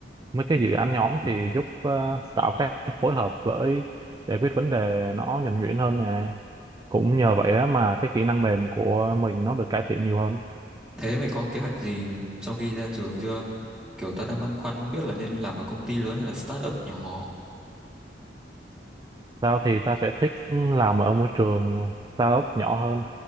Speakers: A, on the right; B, in the centre.
A: mấy cái dự án nhóm thì giúp ờ, tạo cách phối hợp với giải quyết vấn đề nó nhuần nhuyễn hơn nè cũng nhờ vậy á mà cái kỹ năng mềm của mình nó được cải thiện nhiều hơn
B: Thế mày có kế hoạch gì sau khi ra trường chưa? Kiểu tao đang băn khoăn không biết là nên làm ở công ty lớn hay là startup nhỏ.
A: tao thì ta sẽ thích làm ở môi trường startup nhỏ hơn